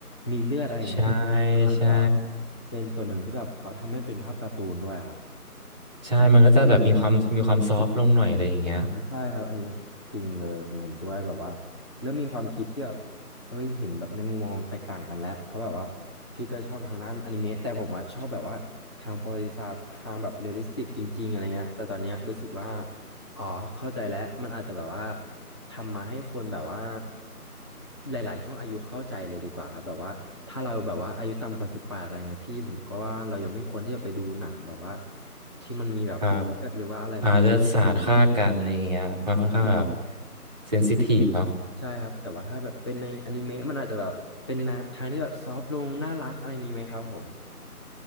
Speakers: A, on the left (about 15°); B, on the right (about 30°).
A: มีเลือดอะไรเงี้ย
B: ใช่
A: มันอาจจะแบบว่า
B: ใช่
A: เป็นส่วนหนึ่งที่แบบเขาทำให้มันเป็นภาพการ์ตูนด้วยอะครับ
B: ใช่ มันก็จะแบบมีความมีความซอฟต์ลงหน่อยอะไรอย่างเงี้ย
A: อ่าใช่ครับอันนี้จริงเลยผมเห็นด้วยแบบว่าเริ่มมีความคิดที่แบบเฮ้ยเห็นแบบในมุมมองแตกต่างกันแล้วเพราะแบบว่าพี่ก็ชอบทางด้านอนิเมะแต่ผมอะชอบแบบว่าทางประวัติศาสตร์ทางแบบเรียลลิสติกจริงๆอะไรเงี้ยแต่ตอนเนี้ยรู้สึกว่าอ๋อเข้าใจแล้วมันอาจจะแบบว่าทำมาให้คนแบบว่าหลายๆช่วงอายุเข้าใจเลยดีกว่าครับแบบว่าถ้าเราแบบว่าอายุต่ำกว่าสิบแปดอะไรเงี้ยพี่ผมก็ว่าเรายังไม่ควรที่จะไปดูหนังแบบว่าที่มันมีแบบเลือดหรือว่าอะไรแบบ
B: ครับอ่าเลือดสาดฆ่ากันอะไรอย่างเงี้ยมันค่อนข้างแบบเซนซิทีฟเนาะ
A: ใช่ครับแต่ว่าถ้าแบบเป็นในอนิเมะมันอาจจะแบบเป็นนะทางที่แบบซอฟต์ลงน่ารักอะไรอย่างนี้ไหมครับผม